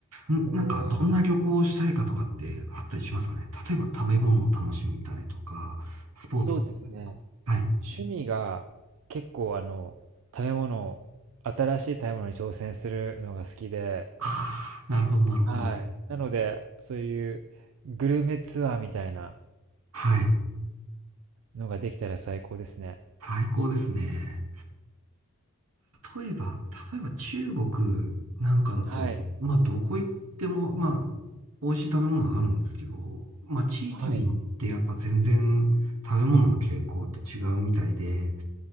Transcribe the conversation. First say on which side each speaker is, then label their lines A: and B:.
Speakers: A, on the right; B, on the right.
A: んなんかどんな旅行をしたいかとかってあったりしますかね例えば食べ物を楽しみたいとか、
B: へえ。
A: スポーツ。
B: そうですね。
A: はい。
B: 趣味が結構あの、食べ物、新しい食べ物に挑戦するのが好きで、
A: ああ、なるほど、なるほど。
B: はい。なので、そういうグルメツアーみたいな
A: はい。
B: のができたら最高ですね。
A: 最高ですね。例えば、例えば中国なんかだと、
B: はい。
A: まあどこ行っても、まあ美味しい食べ物はあるんですけど、まあ地域によってやっぱ全然食べ物の傾向って違うみたいで、
B: はい。